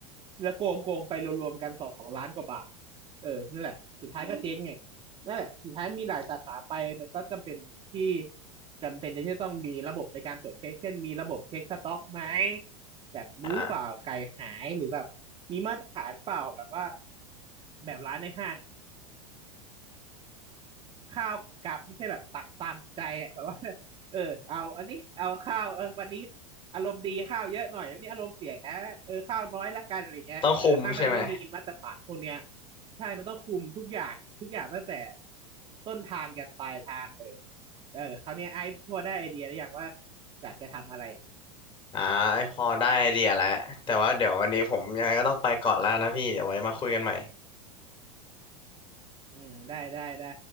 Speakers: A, on the right; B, on the left.
A: แล้วโกงโกงไปรวมๆกันสองล้านกว่าบาทเออนั่นแหละสุดท้ายก็เจ๊งไงนั่นแหละสุดท้ายมีหลายสาขาไปมันก็จำเป็นที่จำเป็นจะที่ต้องมีระบบในการตรวจเช็คเช่นมีระบบเช็คสต็อกไหม แบบรู้หรือเปล่าไก่หายหรือแบบมีมาตรฐานเปล่าแบบว่า
B: อ่า
A: แบบร้านในห้างอะ ข้าวกี่กรัมไม่ใช่แบบตักตามใจอะแบบว่า <laughs> เออเอาอันนี้เอาข้าวเออวันนี้อารมณ์ดีข้าวเยอะหน่อยวันนี้อารมณ์เสียเออข้าวน้อยละกันอะไรเงี้ยเออถ้ามันไม่มีมาตรฐานพวกเนี้ย
B: <laughs> ต้องคุมใช่ไหม
A: ใช่มันต้องคุมทุกอย่างทุกอย่างตั้งแต่ต้นทางยันปลายทางเลยเออคราวเนี้ยไอ้พอได้ไอเดียหรือยังว่าอยากจะทำอะไร
B: อ่าพอได้ไอเดียแล้ว แต่ว่าเดี๋ยววันนี้ผมยังไงก็ต้องไปก่อนแล้วนะพี่ เดี๋ยวไว้มาคุยกันใหม่
A: อืมได้ได้ได้